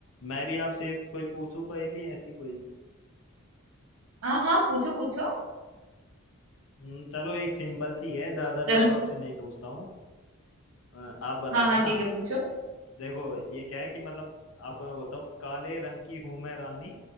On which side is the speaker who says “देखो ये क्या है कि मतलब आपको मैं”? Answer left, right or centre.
Left